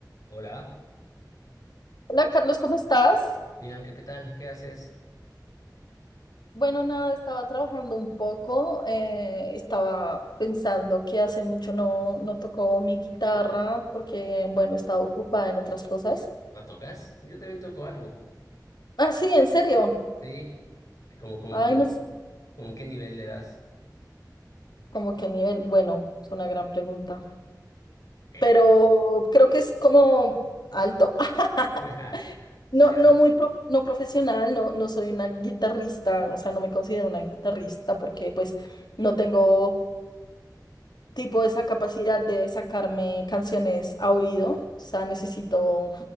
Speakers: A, on the left (about 50°); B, on the left (about 75°).
A: Hola,
B: Hola Carlos, ¿cómo estás?
A: Bianca, ¿qué tal? ¿Qué haces?
B: Bueno, nada, estaba trabajando un poco, eh, estaba pensando que hace mucho no, no tocó mi guitarra porque, bueno, estaba ocupada en otras cosas.
A: ¿Ah, tocas? Yo también toco algo,
B: Ah, sí, en serio.
A: ¿sí? ¿Cómo, cómo?
B: Ay,
A: cómo
B: no sé,
A: como qué nivel le das?
B: como qué nivel. Bueno, es una gran pregunta,
A: Eh,
B: pero creo que es como alto. <laughs>
A: <laughs>
B: No,
A: ya,
B: no muy pro- no profesional, no, no soy una guitarrista, o sea, no me considero una guitarrista porque pues no tengo tipo esa capacidad de sacarme canciones a oído, o sea, necesito,